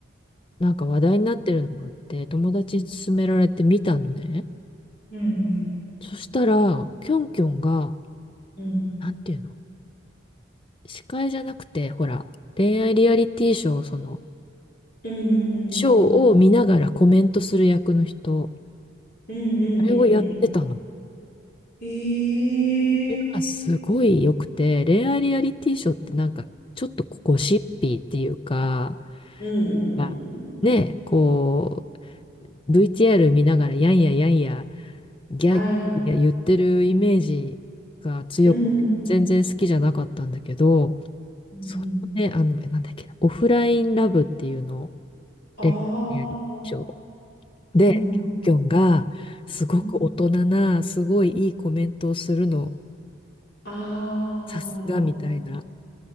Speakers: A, on the left; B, on the left.
A: なんか話題になってるのがあって、友達に勧められて見たのね。
B: うんうん。
A: そしたら、キョンキョンが、
B: うん
A: なんていうの司会じゃなくて、ほら、恋愛リアリティショー、その、
B: うんうんう
A: ショーを見ながらコメントする役の人、
B: んうん。うんうんうんうん。
A: あれをやってたの。
B: ええ
A: あすごい良くて、恋愛リアリティショーってなんかちょっとゴシッピーっていうか、
B: うんうんうん。
A: まあ、ね、こう、VTR 見ながらやんややんや、ギャーギャーギャー言ってるイメージが強くて、
B: はい。うん
A: 全然好きじゃなかったんだけど、
B: うんうん。
A: そのね、あの、えなんだっけな、オフラインラブっていうのを、
B: ああ、
A: 恋愛リアリティショー
B: うんうん。
A: で、キョンキョンがすごく大人な、
B: うん。
A: すごいいいコメントをするの、
B: あ
A: さすがみたいな。